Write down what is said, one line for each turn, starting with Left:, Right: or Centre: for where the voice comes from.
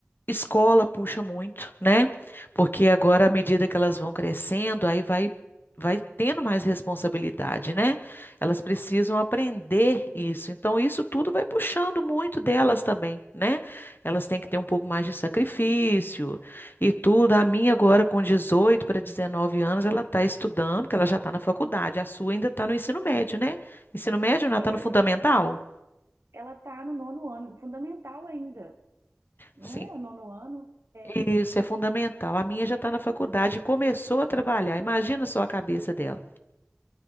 Left: Escola puxa muito, né? Porque agora, à medida que elas vão crescendo, aí vai, vai tendo mais responsabilidade, né? Elas precisam aprender isso. Então, isso tudo vai puxando muito delas também, né? Elas têm que ter um pouco mais de sacrifício e tudo. A minha agora, com 18 para 19 anos, ela está estudando, que ela já está na faculdade. A sua ainda está no ensino médio, né? Ensino médio, não, ela
Right: É,
Left: está no fundamental?
Right: ela está no nono ano, fundamental ainda, não
Left: Sim.
Right: é? Nono ano? É,
Left: Isso é fundamental. A minha já está na faculdade, começou a trabalhar. Imagina só a cabeça dela.